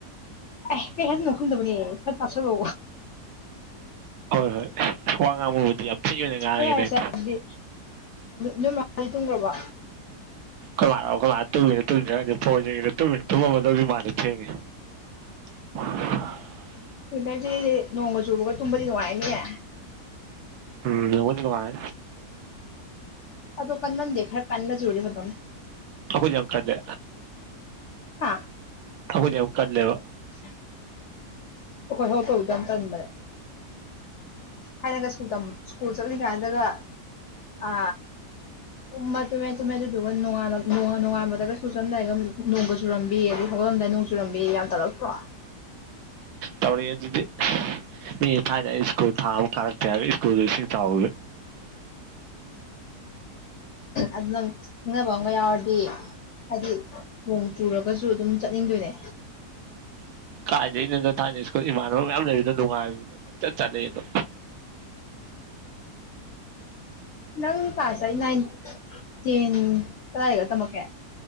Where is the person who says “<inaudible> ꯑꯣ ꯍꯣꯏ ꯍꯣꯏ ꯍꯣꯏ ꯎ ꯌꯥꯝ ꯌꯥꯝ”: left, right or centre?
Left